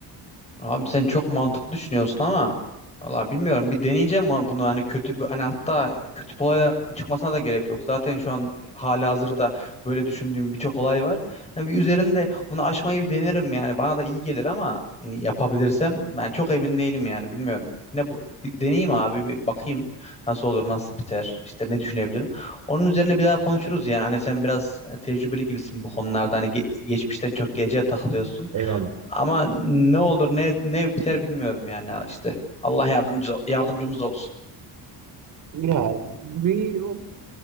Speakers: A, on the left; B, on the right.
A: Abi sen çok mantıklı düşünüyorsun ama valla bilmiyorum bir deneyeceğim ama bunu hani kötü bir hani hatta kötü bir olay çıkmasına da gerek yok. Zaten şu an hali hazırda böyle düşündüğüm birçok olay var. Hani bir üzerinde onu aşmayı bir denerim yani bana da iyi gelir ama hani yapabilirsem ben çok emin değilim yani bilmiyorum. Yine bu, bir deneyeyim abi bir bakayım nasıl olur nasıl biter işte ne düşünebilirim. Onun üzerine bir daha konuşuruz yani hani sen biraz tecrübeli gibisin bu konularda hani ge- geçmişten çok gece takılıyorsun.
B: Eyvallah.
A: Ama ne olur ne ne biter bilmiyorum yani işte. Allah yardımcı yardımcımız olsun.
B: Ya bir o-